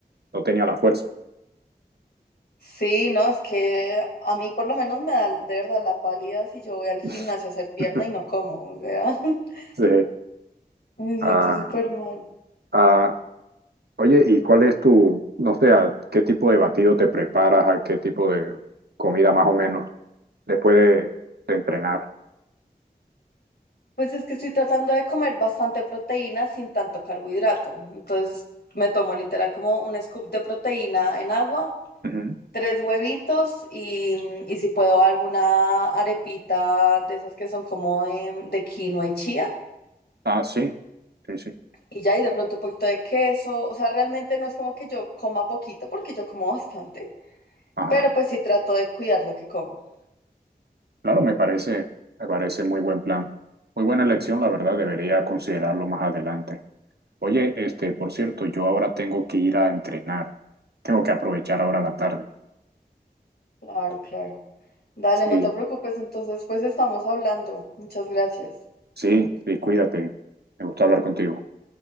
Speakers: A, on the right; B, on the left.
A: no tenía la fuerza.
B: Sí, no, es que a mí por lo menos me da de verdad la pálida si yo voy al gimnasio
A: <laughs>
B: a hacer pierna y no como, o sea, <laughs>
A: Sí.
B: me siento
A: Ah,
B: súper mal.
A: ah, oye, ¿y cuál es tu, no sé, a qué tipo de batido te preparas, a qué tipo de comida más o menos después de, de entrenar?
B: Pues es que estoy tratando de comer bastante proteína sin tanto carbohidrato. Entonces me tomo literal como un scoop de proteína en agua,
A: Ujú.
B: tres huevitos y, y si puedo alguna arepita de esas que son como de, de quinoa y chía.
A: Ah, sí, sí, sí.
B: Y ya, y de pronto un poquito de queso. O sea, realmente no es como que yo coma poquito porque yo como bastante.
A: Ajá.
B: Pero pues sí trato de cuidar lo que como.
A: Claro, me parece, me parece muy buen plan. Muy buena elección, la verdad, debería considerarlo más adelante. Oye, este, por cierto, yo ahora tengo que ir a entrenar. Tengo que aprovechar ahora la tarde.
B: Claro, claro. Dale,
A: Sí,
B: no te preocupes. Entonces, pues estamos hablando. Muchas gracias.
A: sí, sí, cuídate. Me gustó hablar contigo.